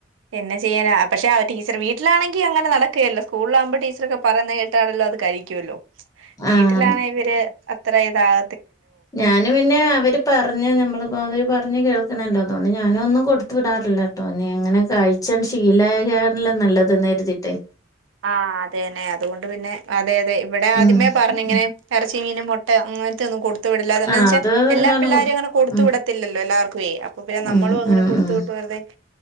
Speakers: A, on the right (about 80°); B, on the left (about 20°).
A: എന്നെ ചെയ്യനാ പക്ഷെ ആ ടീച്ചർ വീട്ടിലാെങ്കിൽ അങ്ങനെ നടക്കുകയല്ല സ്കൂളിലകുമ്പോ ടീച്ചറൊക്കെ പറയ കേട്ടാണല്ലോ അത് കഴരിക്കുമല്ലോ വീട്ടിലാണ്
B: ആഹ്
A: ഇവര് അത്ര ഇതാക
B: ഞാനും പിന്നെ അവര് പറഞ്ഞ നമ്മളപ്പോതര് പറ പറഞ്ഞു കേൾക്കണല്ലോ അതുകൊണ്ട് ഞാനൊന്നും കൊടുു വിടാറില്ല കേട്ടോ ഇനി എങ്ങനെ കഴിച്ചൻ ശീല നല്ലത്ന്ന എരുതിട്ട്
A: ആഹ അതെന്നെ അതുകൊണ്ട് പിന്നെ അതെ അതെ ഇവിടെ ആദ്യമേ
B: ഉം
A: പറഞ്ഞ ഇങ്ങനെരച്ച
B: ഉം
A: ചീനൻ മുട്ട അങ്ങനത്തൊന്നും കൊടുത്ത് കൊത്ത വിടില്ലതാന്ന്
B: ആഹ് അത്
A: വൊ എല്ലാ
B: ഏതായാലും
A: പിള്ളാരും
B: കൊടു
A: അങ്ങന കൊടുത്ത
B: ഉം
A: വിടല്ലോ എല്ലർക്കേ അപ്പൊ പിന്ന നമ്മും
B: ഉം
A: അങ്ങനെ
B: ഉം
A: കൊടുത്തു
B: ഉം
A: വിട്ട അതെ